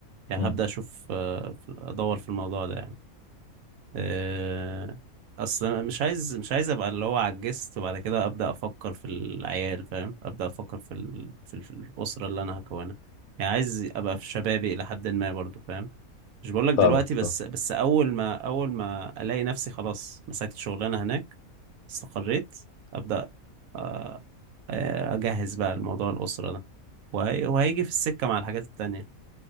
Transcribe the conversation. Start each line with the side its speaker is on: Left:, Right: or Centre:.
Right: يعني
Left: مم.
Right: هبدأ اشوف آه، في- ادور في الموضوع ده يعني آه، اصل مش عايز مش عايز ابقى اللي هو عجزت وبعد كده ابدا افكر في العيال فاهم ابدا افكر في ال... في ال- في الاسره اللي انا هكونها يعني عايز ابقى في شبابي الى حد ما برضو فاهم مش بقولك دلوقتي
Left: فاهمك
Right: بس
Left: فاهم-
Right: بس اول ما اول ما الاقي نفسي خلاص مسكت شغلانه هناك استقريت ابدا آه، آه، اجهز بقى الموضوع الاسره ده وهي... وهيجي في السكه مع الحاجات التانية